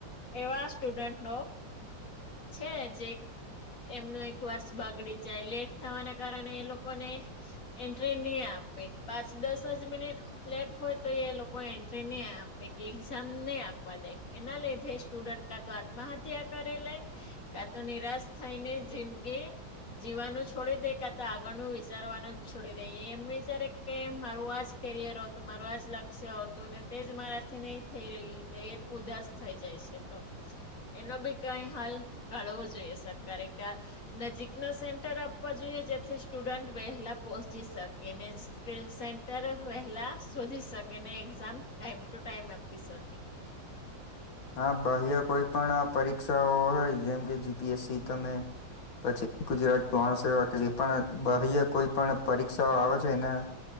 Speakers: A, on the left (about 45°); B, on the left (about 80°).
A: એવા સ્ટુડન્ટનો છે જ એક. એમનું એક વર્ષ બગડી જાય. લેટ થવાના કારણે એ લોકોને એન્ટ્રી નહી આપે. પાંચ દસજ મિનિટ લેટ હોય, તો એ લોકો એન્ટ્રી નહી આપે. એક્ઝામ નહી આપવા દે. એના લીધે સ્ટુડન્ટ કા તો આત્મહત્યા કરી લે. કા તો નિરાશ થાયને જિંદગી જીવાનું છોડી દે. કા તો આગળનું વિચારવાનું જ છોડી દે. એમ વિચારે કે મારું આજ કેરિયર હો તો મારું આ ને તે જ મારાથી નહી થઈ રહ્યું. તે એ ઉદાસ થઈ જાય છે. તો એનો બી કઈ હાલ કાઢવો જોઈએ. સરકારે ક્યા નજીકનો સેન્ટર આપવા જોઈએ, જેથી સ્ટુડન્ટ વહેલા પો શકેને, સેન્ટર વહેલા શોધી શકેને, એક્ઝામ ટાઈમ ટુ ટાઈમ પીસકે
B: હા, બાહ્ય કોઈ પણ આ પરીક્ષાઓ હોય, જેમ કે જીપીએસસી તમે પછી ગુજરાતી <unintelligible> સવા કે જે પણ બાહ્ય કોઈ પણ પરીક્ષાઓ આવે છે એના